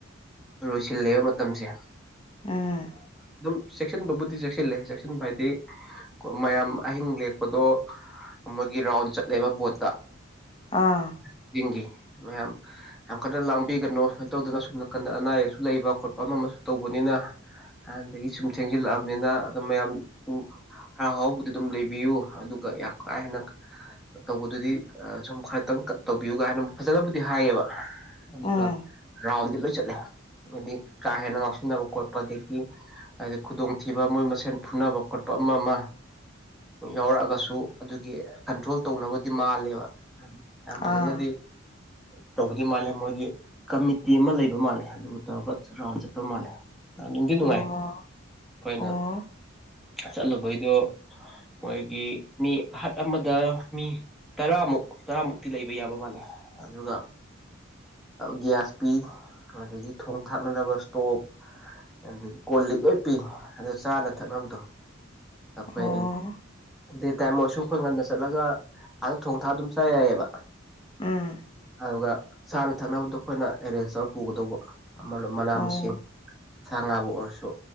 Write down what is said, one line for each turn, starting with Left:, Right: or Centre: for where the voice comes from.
Centre: ꯂꯣꯏꯁꯤꯜꯂꯕ ꯃꯇꯝꯁꯦ
Left: ꯎꯝ
Centre: ꯑꯗꯨꯝ ꯆꯦꯛꯁꯤꯟꯕꯕꯨꯗꯤ ꯆꯦꯛꯁꯤꯜꯂꯦ ꯆꯦꯛꯁꯤꯟꯕ ꯍꯥꯏꯗꯤ ꯃꯌꯥꯝ ꯑꯍꯤꯡ ꯂꯦꯛꯄꯗꯣ ꯃꯣꯏꯒꯤ ꯔꯥꯎꯟ ꯆꯠꯂꯦꯕ ꯕꯣꯠꯇ
Left: ꯑꯥ
Centre: ꯈꯨꯗꯤꯡꯒꯤ ꯃꯌꯥꯝ ꯌꯥꯝ ꯀꯟꯅ ꯂꯥꯡꯕꯤꯒꯅꯨ ꯁꯨꯃꯥꯏꯅ ꯇꯧꯗꯅ ꯁꯨꯝ ꯀꯥꯟꯗ ꯑꯅꯥ ꯑꯌꯦꯛꯁꯨ ꯂꯩꯕ ꯈꯣꯠꯄ ꯑꯃ ꯑꯃꯁꯨ ꯇꯧꯕꯅꯤꯅ ꯍꯥꯏꯕꯗꯒꯤ ꯁꯨꯝ ꯊꯦꯡꯖꯤꯜꯂꯛꯑꯕꯅꯤꯅ ꯑꯗꯨꯝ ꯃꯌꯥꯝ ꯍꯔꯥꯎ ꯍꯔꯥꯎꯕꯗꯤ ꯑꯗꯨꯝ ꯂꯩꯕꯤꯌꯨ ꯑꯗꯨ ꯒꯥ ꯌꯥꯝ ꯀꯥ ꯍꯦꯟꯅꯥ ꯇꯧꯕꯗꯨꯗꯤ ꯁꯨꯝ ꯈꯔꯇꯥ ꯇꯧꯕꯤꯌꯨꯒ ꯍꯥꯏꯅ ꯐꯖꯅꯕꯨꯗꯤ ꯍꯥꯏꯌꯦꯕ ꯑꯗꯨꯒ
Left: ꯎꯝ
Centre: ꯔꯥꯎꯟꯗꯤ ꯂꯣꯏ ꯆꯠꯂꯦ ꯍꯥꯏꯗꯤ ꯀꯥ ꯍꯦꯟꯅ ꯉꯥꯎꯁꯤꯟꯅꯕ ꯈꯣꯠꯄ ꯑꯗꯒꯤ ꯍꯥꯏ ꯈꯨꯗꯣꯡꯊꯤꯕ ꯃꯣꯏ ꯃꯁꯦꯟ ꯐꯨꯅꯕ ꯈꯣꯠꯄ ꯑꯃ ꯃ ꯌꯥꯎꯔꯛꯑꯒꯁꯨ ꯑꯗꯨꯒꯤ ꯀꯟꯇ꯭ꯔꯣꯜ ꯇꯧꯅꯕꯗꯤ ꯃꯥꯜꯂꯦꯕ <unintelligible> ꯌꯥꯝ
Left: ꯑꯥ
Centre: ꯐꯖꯅꯗꯤ ꯇꯧꯕꯗꯤ ꯃꯥꯜꯂꯦ ꯃꯣꯏꯒꯤ ꯀꯃꯤꯇꯤ ꯑꯃ ꯂꯩꯕ ꯑꯗꯨ ꯃꯥꯜꯂꯦ ꯑꯗꯨꯕꯨ ꯇꯧꯔꯒ ꯔꯥꯎꯟ ꯆꯠꯄ ꯃꯥꯜꯂꯦ ꯅꯨꯡꯗꯤ ꯅꯨꯡꯉꯥꯏ
Left: ꯑꯣ
Centre: ꯑꯩꯈꯣꯏꯅ
Left: ꯑꯣ
Centre: ꯆꯠꯂꯨꯕꯩꯗꯣ ꯃꯣꯏꯒꯤ ꯃꯤ ꯍꯠ ꯑꯃꯗ ꯃꯤ ꯇꯔꯥꯃꯨꯛ ꯇꯔꯥꯃꯨꯛꯇꯤ ꯂꯩꯕ ꯌꯥꯕ ꯃꯥꯜꯂꯦ ꯑꯗꯨꯒ ꯒ꯭ꯌꯥꯁ ꯄꯤ ꯑꯗꯒꯤ ꯊꯣꯡ ꯊꯥꯛꯅꯅꯕ ꯏꯁꯇꯣꯞ ꯑꯗꯨꯗꯤ ꯀꯣ ꯂꯤꯛ ꯂꯣꯏ ꯄꯤ ꯑꯗꯨ ꯆꯥꯅ ꯊꯛꯅꯕꯗꯣ ꯑꯩꯈꯣꯏ
Left: ꯑꯣ
Centre: ꯗꯦ ꯇꯥꯏꯝ ꯑꯣꯏꯔꯁꯨ ꯑꯩꯈꯣꯏ ꯉꯟꯅ ꯆꯠꯂꯒ ꯑꯥꯗ ꯊꯣꯡ ꯊꯥ ꯑꯗꯨꯝ ꯆꯥ ꯌꯥꯏꯌꯦꯕ
Left: ꯎꯝ
Centre: ꯑꯗꯨꯒ ꯆꯥꯅ ꯊꯛꯅꯕꯗꯣ ꯑꯩꯈꯣꯏꯅ ꯑꯦꯔꯦꯟꯖ ꯇꯧꯔ ꯄꯨꯒꯗꯧꯕ ꯑꯃꯅ ꯃꯅꯥ
Left: ꯑꯣ
Centre: ꯃꯁꯤꯡ ꯁꯥ ꯉꯥꯕꯨ ꯑꯣꯏꯔꯁꯨ